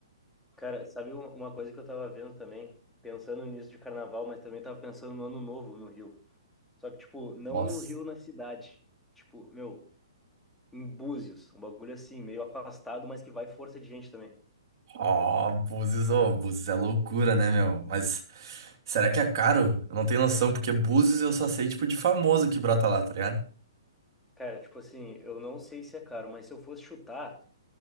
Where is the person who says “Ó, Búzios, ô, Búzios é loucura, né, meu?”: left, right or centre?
Right